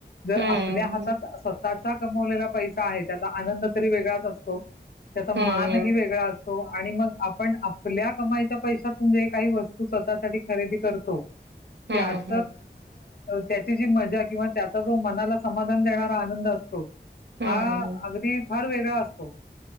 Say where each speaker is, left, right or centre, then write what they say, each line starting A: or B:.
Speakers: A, on the left; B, on the right.
A: जर
B: हम्म
A: आपल्या हातात अस- <unintelligible> कमवलेला पैसा आहे त्याचा आनंद तरी वेगळाच असतो. त्याचा
B: हं,
A: मान ही वेगळा - हो, आणि मग आपण आपल्या कमाईच्या पैशातून जे काही वस्तू स्वतःसाठी खरेदी करतो-
B: हं,
A: त्याच
B: हं,
A: त्याची जी मजा किंवा त्याचा जो मनाला समाधान देणारा आनंद हो.
B: हं.
A: हा -अगदी फार वेगळा असतो.